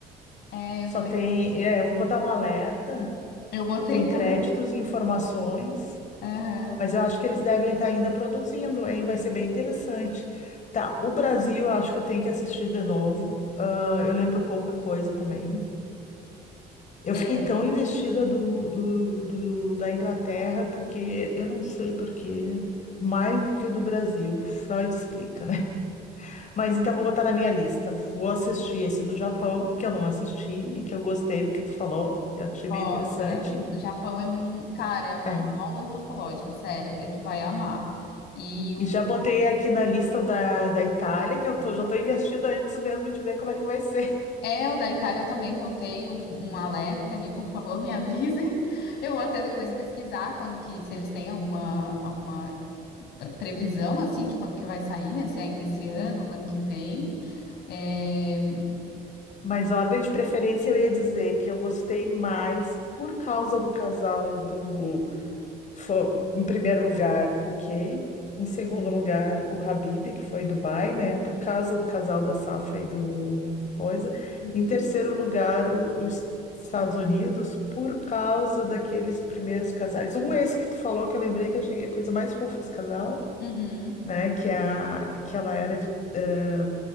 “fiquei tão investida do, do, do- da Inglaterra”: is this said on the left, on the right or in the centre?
Left